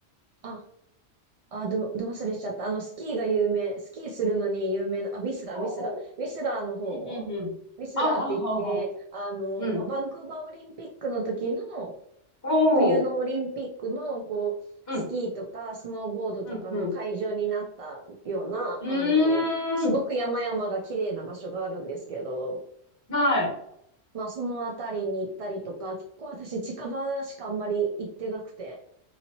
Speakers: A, on the right (about 60°); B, on the left (about 15°).
A: あ、あ、ど、ど忘れしちゃった。あの、スキーが有名、スキーするのに有名な、あ、ウィスラー、
B: ほうほう。
A: ウィスラー。ウィスラーの方
B: うん、うん、うん。
A: ウィスラーって言って、
B: あ、はあ、はあ、はあ。
A: あの、
B: うん。
A: まあ、バンクーバーオリンピックの時の、
B: お
A: 冬のオリンピックの、
B: ー。
A: こう、
B: うん。
A: スキーとか、スノーボードとかの会場になったような、
B: うんうん。うーん。
A: あの、すごく山々が綺麗な場所があるんですけど、
B: はい。
A: まあ、そのあたりに行ったりとか、結構私近場しかあんまり行ってなくて、